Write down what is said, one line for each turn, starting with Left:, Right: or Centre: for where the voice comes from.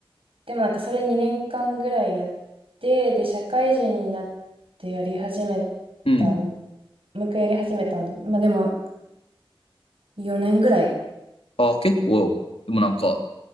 Right: でもなんかそれ2年間ぐらいやって、で、社会人になってやり始め
Left: うん。
Right: たん、
Left: うん
Right: もう一回やり始めたんで、まあでも4年ぐらい。
Left: あ、結構、でもなんか、